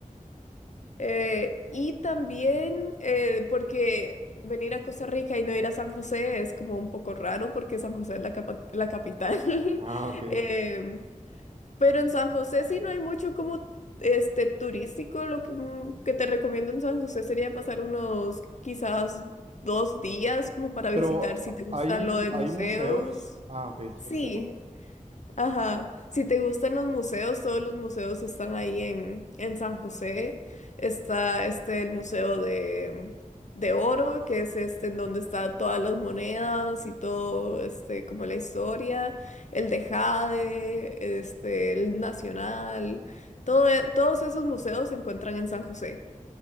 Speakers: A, on the left; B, on the right.
A: eh, y también, eh, porque venir a Costa Rica y no ir a San José es como un poco raro, porque San José es la, capa- la capital. <laughs>
B: Ah, ok.
A: Em, pero en San José sí no hay mucho como este turístico. Lo que, mm, que te recomiendo en San José sería pasar unos quizás dos días como para visitar
B: Pero
A: si te gusta
B: hay,
A: lo de
B: hay
A: museos.
B: museos. Ah, ok, es
A: Sí,
B: lo que te preguntaba.
A: Ajá, si te gustan los museos, todos los museos están ahí en, en San José. Está este el Museo de, de Oro, que es este en donde está todas las monedas y todo, este, como la historia, el de Jade, este, el Nacional, todo, e- todos esos museos se encuentran en San José.